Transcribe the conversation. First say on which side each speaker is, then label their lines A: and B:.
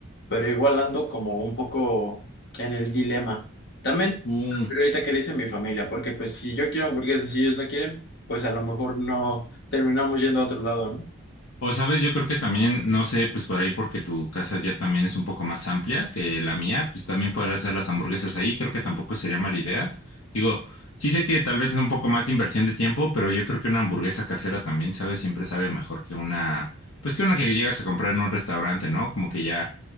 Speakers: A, on the left; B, on the left.
A: pero igual ando como un poco en el dilema. También,
B: Uh,
A: pero ahorita que dice mi familia, porque pues si yo quiero hamburguesas y ellos no quieren, pues a lo mejor no terminamos yendo a otro lado, ¿no?
B: o sabes, yo creo que también, no sé, pues por ahí porque tu casa ya también es un poco más amplia que la mía, pues también poder hacer las hamburguesas ahí, creo que tampoco sería mala idea. Digo, sí sé que tal vez es un poco más de inversión de tiempo, pero yo creo que una hamburguesa casera también, ¿sabes? Siempre sabe mejor que una, pues que una que llegas a comprar en un restaurante, ¿no? Como que ya